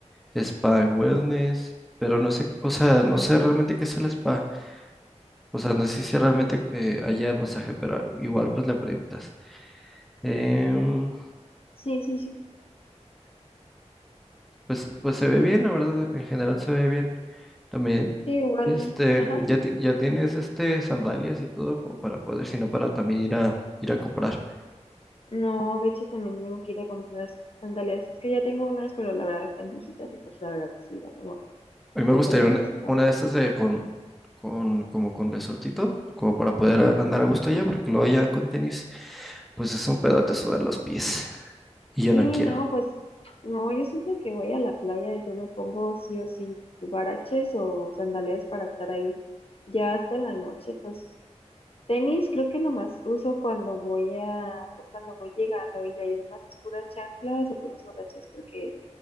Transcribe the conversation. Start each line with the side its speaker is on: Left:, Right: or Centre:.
Centre: spa and wellness, pero no sé, o sea, no sé realmente qué es el spa. O sea, no sé si realmente eh, haya masaje, pero igual pues le preguntas. Em,
Left: Sí, sí, sí.
Centre: pues, pues se ve bien, la verdad, en general se ve bien. También,
Left: Sí, igual,
Centre: este,
Left: ajá.
Centre: ya, ti- ya tienes este sandalias y todo como para poder, sino para también ir a ir a comprar.
Left: No, de hecho también tengo que ir a comprar sandalias. Es que ya tengo unas, pero la verdad están viejitas y pues la verdad sí da como
Centre: A mí me
Left: pues
Centre: gustaría
Left: vergüencita.
Centre: una, una de estas de con, con como con resortito, como para poder a- andar a gusto allá, porque luego allá con tenis, pues es un pedote sudar los pies. Y yo
Left: Sí,
Centre: no quiero.
Left: no, pues no, yo siempre que voy a la playa yo me pongo sí o sí huaraches o sandalias para estar ahí ya hasta en la noche, pues tenis creo que nomás uso cuando voy a, pues cuando voy llegando y de ahí en más es puras chanclas y puros huaraches porque